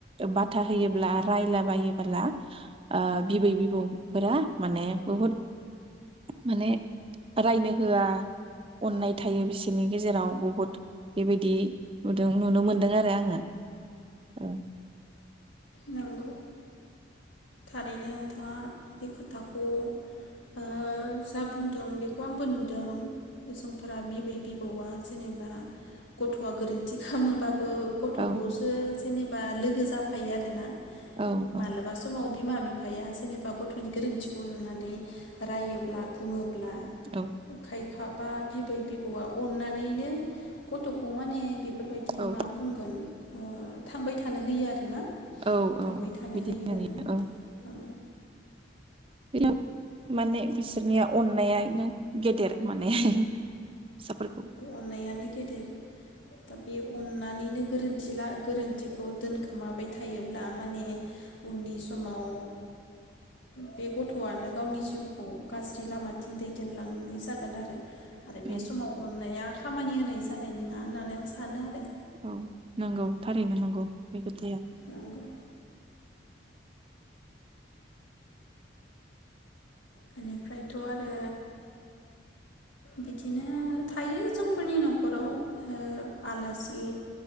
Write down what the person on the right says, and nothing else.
बाथा होयोब्ला रायलाबायोबोला ओ बिबै बिबौफोरा माने बुहुद माने रायनो होआ अननाय थायो बिसोरनि गेजेराव बुहुद बेबायदि नुदों नुनो मोनदों आरो आङो औ
औ
औ औ
औ
औ
औ
औ
बिदिनो
नुयो औ
बिनो माने बिसोरनिया अननायानो गेदेर माने फिसाफोरखौ
औ
औ नंगौ थारैनो नंगौ बे खोथाया